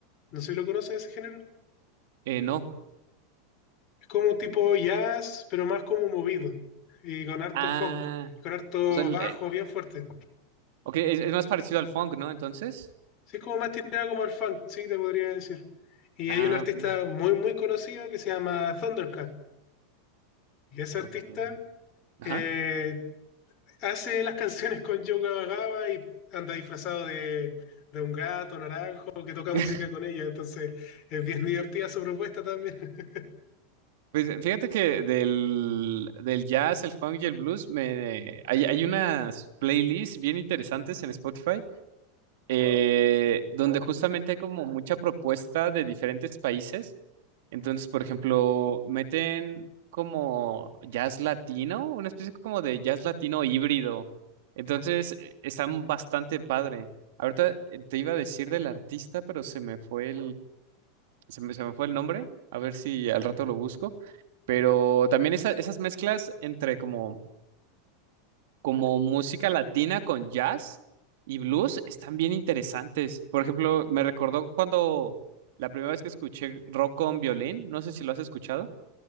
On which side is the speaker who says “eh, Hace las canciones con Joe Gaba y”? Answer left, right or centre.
Left